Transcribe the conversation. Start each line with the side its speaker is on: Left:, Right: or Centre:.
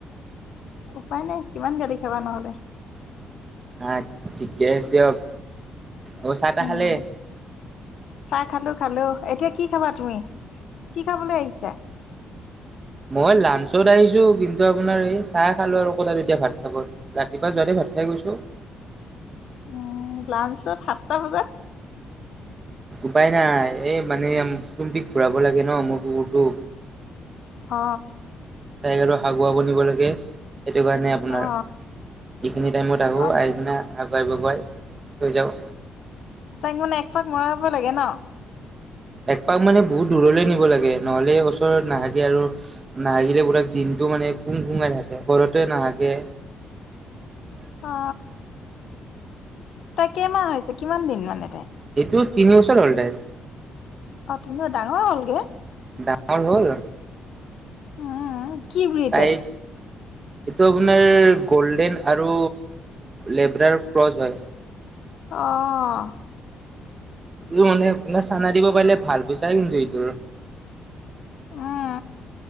Left: উপায় নাই কিমান গালি খাবা নহলে
Right: হ ঠিকে আছে দিয়ক অ চাহ তাহ
Left: উম
Right: খালে
Left: চাহ খালো খালো এতিয়া কি খাবা তুমি কি খাবলৈ আহিছা
Right: মই লাঞ্চত আহিছো কিন্তু আপোনাৰ এই চাহ খালো আৰু ক তাত এতিয়া ভাত খাব ৰাতিপুৱা যোৱাতে ভাত খাই গৈছো
Left: উম, লাঞ্চত সাতটা বজাত
Right: উপায় নাই এই মানে চুম্পিক ঘূৰাব লাগে ন মোৰ কুকুৰটো
Left: অ
Right: াইগাটো হাগুৱা বনিব লাগে সেইটো কাৰণে আপোনাৰ
Left: অ',
Right: যিখিনি টাইমত আহোঁ
Left: অ',
Right: আহ সিখিনি হগুৱাই বগুৱাই থৈ যাওঁ
Left: তাইক মানে এক পাক মৰাব লাগে ন
Right: একপাক মানে বহুত দূৰলে নিব লাগে নহ'লে ওচৰত নাহাগে আৰু নাহাগিলে বোৰাাক দিন টো মানে কুং কুঙাই থাকে ঘৰতে নাহাকে
Left: অ ত কেইমাহ হৈছে কিমান দিন মানে ত
Right: এইটো তিনি বছৰ হল্টাই
Left: অ নে ডাঙৰ হ'লগে
Right: ডাঙৰ হ'ল
Left: হ কি বুলি কলি
Right: তাইক
Left: তাই
Right: এইটো আপোনাৰ গল্ডেন আৰু লেব্ৰাৰ ক্ৰচ হয়
Left: আহ
Right: তোৰ মানে আপাৰ চানা দিব পাৰিলে ভাল পইছা কিন্তু এইটোৰ
Left: উম,